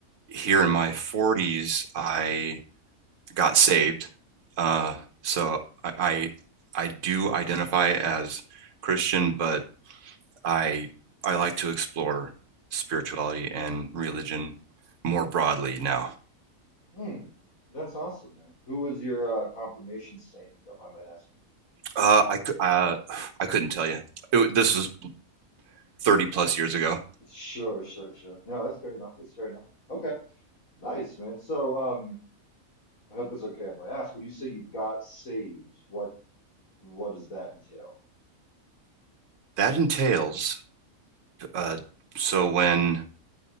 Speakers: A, on the right; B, on the left.
A: here in my 40s, I got saved. Uh, so I, I I do identify as Christian, but I I like to explore spirituality and religion more broadly now.
B: Hmm, that's awesome, man. Who was your uh, confirmation saint, if you don't mind my asking?
A: Uh, I uh, I couldn't tell you. It, this was 30 plus years ago.
B: Sure, sure, sure. No, that's fair enough. That's fair enough. Okay, nice, man. So um, I hope it's okay if I ask. When you say you got saved, what what does that entail?
A: That entails uh, so when